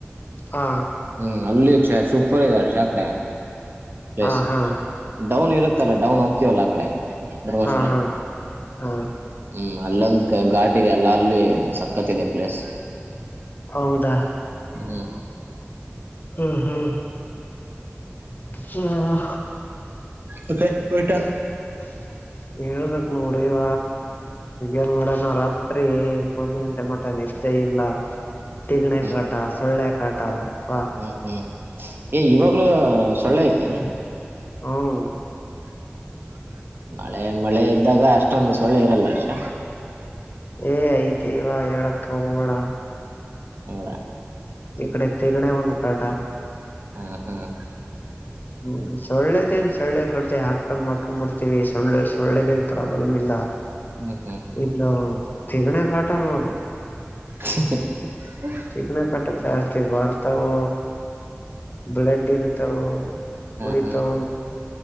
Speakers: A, on the left (about 45°); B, on the right (about 55°).
A: ಹಾ
B: ಹ್ಮ್ ಅಲ್ಲಿ ಸೂಪರ್ ಆಗಿದೆ <unintelligible>
A: ಹಾ ಹಾ
B: ಡೌನ್ ಇರುತ್ತಲ್ಲ ಡೌನ್ ಹೋಗ್ತೀವಲ್ಲ ಆ ಕಡೆ ಧರ್ಮಸ್ಥಳ.
A: ಹಾ ಹಾ ಹಾ
B: ಹ್ಮ್ ಅಲ್ಲೊಂದ ಘಾಟ್ ಇದೆ ಅಲ್ಲ ಅಲ್ಲಿ ಸಕ್ಕತ್ ಇದೆ ಪ್ಲೇಸ್.
A: ಹೌದಾ
B: ಹ್ಮ
A: ಹ್ಮ್ ಹ್ಮ್ ಹ್ಹಾ.
B: ಮತ್ತೆ ಊಟ.
A: <inaudible> ಹೇಳ್ಬೇಕ್ ನೋಡ ಇವ ಏನ್ ಮಾಡ್ಯಾನ ರಾತ್ರಿ ಒಂದ ಮೆ ಮಟ್ಟ ನಿದ್ದೆ ಇಲ್ಲ ತೆಗಣೆ
B: ಹ್ಮ್
A: ಕಾಟ ಸೊಳ್ಳೆ ಕಾಟಾ ಅಬ್ಬಾ
B: ಹ್ಮ್ ಹ್ಮ್ ಏ ಇವಾಗ್ಲೂ ಸೊಳ್ಳೆ ಐತೇನು.
A: ಹ್ಮ್
B: <inaudible> ಮಳೆ ಮಳೆ ಇದ್ದಾಗ ಅಷ್ಟೊಂದು ಸೊಳ್ಳೆ ಇರಲ್ಲ ಅಷ್ಟ
A: ಏ ಐತಿ ಇವ ಹೇಳಕ್ಕೆ ಹೋಗಬೇಡ.
B: ಹೌದಾ
A: ಈಕಡೆ ತಿಗಣೆ ಒಂದು ಕಾಟ.
B: ಹ್ಮ್ ಹ್ಮ್
A: ಹ್ಮ್ ಸೋಳ್ಳೆದೇನ್ ಸೊಳ್ಳೆ ಬಂದ್ರೆ ಹಾಕೊಂಡ್ ಮಡ್ಕೊಂಡ್ ಬಿಡ್ತೀವಿ ಸೊಳ್ಳೆ ಸೊಳ್ಳೆದೇನ್ ಪ್ರಾಬ್ಲಮ್ ಇಲ್ಲ.
B: ಹ ಹಾ
A: ಇದು ತಿಗಣೆ ಕಾಟ ನೋಡು.
B: <inaudible>
A: ತಿಗಣೆ ಕಾಟ ಜಾಸ್ತಿ ಬರ್ತವು ಬ್ಲಡ್ ಇರ್ತವು. ಹೋಯ್ತು.
B: ಹ್ಮ್